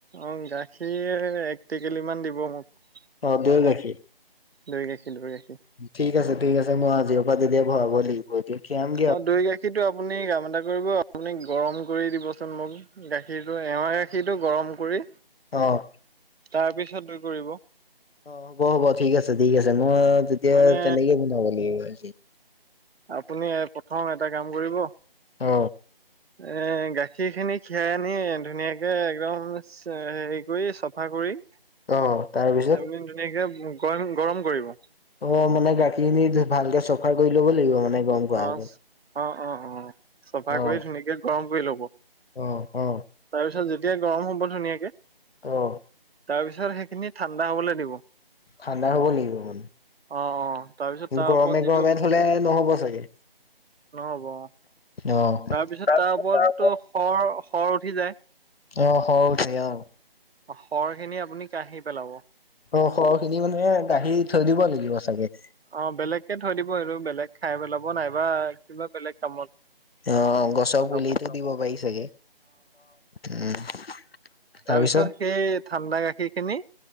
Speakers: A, on the right; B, on the left.
A: অ গাখীৰ একটেকেলি মান দিব মোক।
B: পাউডাৰ গাখীৰৰ।
A: দৈ গাখীৰ দৈ গাখীৰ
B: ঠিক আছে ঠিক আছে মই আজিৰও পৰা তেতিয়া ভৰাব লাগিব। দেখিম।
A: অ দৈ গাখীৰটো আপুনি কাম এটা কৰিব আপুনি গৰম কৰি দিবচোন মোক গাখীৰটো এৱা গাখীৰটো গৰম কৰি
B: অ-
A: তাৰ পিছত দৈ কৰিব।
B: অ হ'ব হ'ব ঠিক আছে ঠিক আছে মই তেতিয়া
A: মানে
B: তেনেকে বনাব লাগিব।
A: আপুনি প্ৰথম এটা কাম কৰিব
B: অ।
A: এ গাখীৰ খিনি খীৰাই আনি ধুনীয়াকে একদম হেৰি কৰি চফা কৰি
B: অ', তাৰপিছত
A: আপুনি ধুনীয়াকে গৰম গৰম কৰিব।
B: অ মানে গাখীৰখিনি ভালকে চফা কৰি ল'ব লাগিব মানে। গৰম কৰাৰ
A: অ
B: আগত।
A: অ অ অ চফা
B: অ',
A: কৰি ধুনীয়াকে গৰম কৰি লব।
B: অ অ।
A: তাৰপিছত যেতিয়া গৰম হ'ব ধুনীয়াকে
B: অঁ।
A: তাৰ পিছত সেইখিনি ঠাণ্ডা হবলৈ দিব।
B: ঠাণ্ডা হব লাগিব মানে
A: অ অ তাৰপিছত তাৰ
B: গৰমে
A: ওপৰত যিটো
B: গৰমে থলে নহ'ব চাগে।
A: নহ'ব অ।
B: অ',
A: তাৰপিছত তাৰ ওপৰতো
B: অ',
A: শৰ শৰ উঠি যায়।
B: সৰহকে অ',
A: শৰ খিনি আপুনি কাৰহি পেলাব।
B: অ খৰ খিনি মানে গাৰি থৈ দিব লাগিব চাগে।
A: অ বেলেগকে থৈ দিব এইটো বেলেগ খাই পেলাব নাইবা কিবা বেলেগ কামত।
B: অ গছৰ
A: লগাব।
B: পুলিতো দিব পাৰি চাগে উম।
A: তাৰ
B: তাৰপিছত
A: পিছত সেই ঠাণ্ডা গাখীৰ খিনি